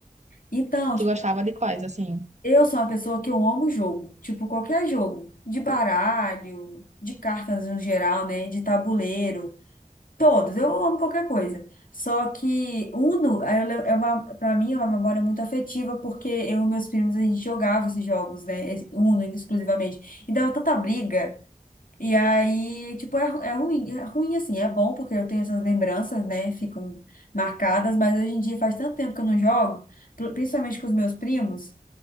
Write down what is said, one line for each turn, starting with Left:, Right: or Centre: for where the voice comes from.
Left: Então, tipo,
Right: Tu gostava de quais, assim?
Left: Eu sou uma pessoa que eu amo jogo, tipo qualquer jogo, de baralho, de cartas no geral, né, de tabuleiro, todos, eu amo qualquer coisa. Só que Uno aí eu le- é uma, para mim é uma memória muito afetiva porque eu e meus primos a gente jogava esses jogos, né, esse Uno exclusivamente. E dava tanta briga. E aí, tipo, é, ru- é ruim, é ruim assim, é bom porque eu tenho essas lembranças, né, ficam marcadas, mas hoje em dia faz tanto tempo que eu não jogo, pr- principalmente com os meus primos.